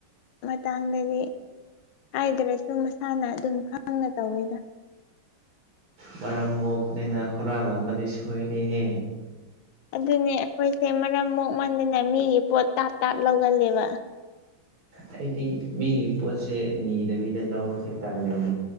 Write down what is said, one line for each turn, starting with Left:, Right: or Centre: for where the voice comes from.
Left: ꯃꯇꯥꯡꯗꯗꯤ ꯍꯥꯏꯗ꯭ꯔꯁꯨ ꯃꯁꯥꯅ ꯑꯗꯨꯝ ꯈꯪꯅ ꯇꯧꯋꯦꯗ
Right: ꯃꯔꯝ ꯃꯣꯛꯄꯅꯤꯅ ꯍꯨꯔꯥꯥꯟꯂꯝꯃꯗꯤ ꯁꯣꯏ ꯁꯣꯏꯔꯦꯍꯦ
Left: ꯑꯗꯨꯅꯦ ꯑꯩꯈꯣꯏꯁꯦ ꯃꯔꯝ ꯃꯣꯛꯃꯟꯗꯅ ꯃꯤꯒꯤ ꯄꯣꯠ ꯇꯥꯞ ꯇꯥꯞ ꯂꯧꯒꯜꯂꯦꯕ
Right: ꯑꯩꯗꯤ ꯃꯤꯒꯤ ꯄꯣꯠꯁꯦ ꯅꯤꯗꯕꯤꯗ ꯂꯧꯕꯁꯦ ꯇꯜꯂꯦ